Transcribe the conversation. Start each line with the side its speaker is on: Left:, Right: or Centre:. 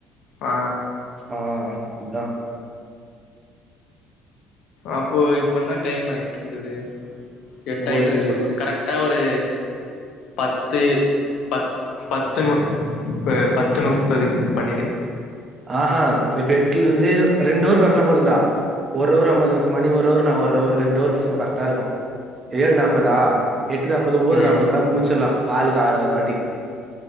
Left: ஆ
Right: ஆ அதா
Left: அப்போ இப்ப என்ன டைம் ஆயிட்ருக்குது எட்டாயிட்டுக்குது
Right: ஒம்போது நிமிஷோ
Left: கரெக்டா ஒரு பத்து பத் பத்து னு ப பத்துனுப்பதுக்கு பண்ணிடு
Right: ஆஹா இப்ப எட்டுலருந்து ரெண்டு அவுர் பேசுனா போதுன்டா ஒரு அவர் அம்பது நிமிஷமா நீ ஒரு அவர் நா ஒரு ஒரு ரென்டவர் பேசனு கரட்டா இருக்கு ஏழு நாப்பதா எட்டு நாப்பது ஒம்போது
Left: ம்
Right: நாப்பதுனா முடிச்சர்லா ஆளுக்கு ஆயர ஆயர வாட்டி